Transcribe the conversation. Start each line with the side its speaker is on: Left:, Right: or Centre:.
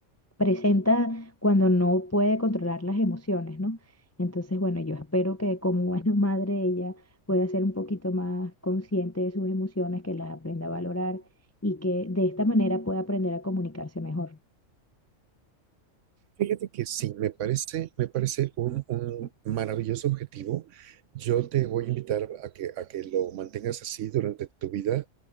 Left: presenta cuando no puede controlar las emociones, ¿no? Entonces, bueno, yo espero que como buena <laughs> madre ella pueda ser un poquito más consciente de sus emociones, que las aprenda a valorar y que de esta manera pueda aprender a comunicarse mejor.
Right: Fíjate que sí, me parece, me parece un, un maravilloso objetivo. Yo te voy a invitar a que, a que lo mantengas así durante tu vida